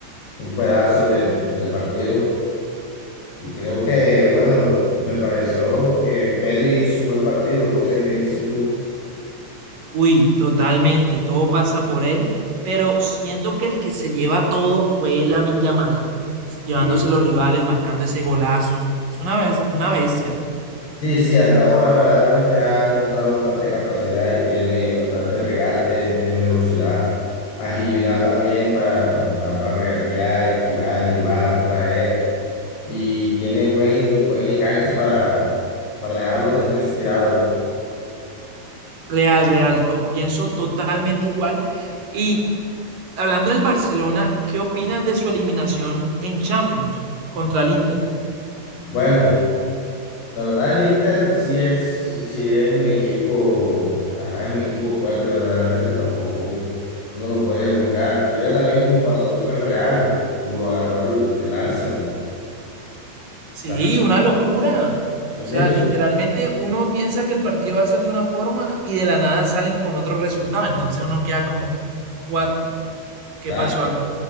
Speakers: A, on the left; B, on the right.
A: un pedazo del, del partido. Y creo que, bueno, me pareció que Pedri hizo un buen partido. No sé qué dices tú.
B: Uy, totalmente, todo pasa por él, pero siento que el que se lleva todo fue Lamine Yamal, llevándose
A: Sí,
B: los rivales, marcando ese golazo. Es una, bes- una bestia.
A: sí, sí, hasta ahora verdaderamente ha demostrado bastante capacidad y tiene bastante regate, tiene velocidad, agilidad también para, para regatear, esquivar, llevar, traer. y tiene buen, buen enganche para, para dejar a los defensas tirados.
B: Real, real. Co- Pienso totalmente igual. Y Hablando del Barcelona, ¿qué opinas de su eliminación en Champions contra el Inter?
A: Bueno, la verdad el Inter sí es, sí es un equipo, ajá, es un equipo fuerte, verdaderamente tampoco uno lo puede juzgar. Mira también cómo pasó con el Real, cómo lo agarró el, el Arsenal.
B: Sí,
A: Ta-
B: una locura.
A: También,
B: O sea,
A: su-
B: literalmente uno piensa que el partido va a ser de una forma y de la nada salen con otro resultado. Entonces uno queda como, what, ¿qué
A: claro,
B: pasó acá?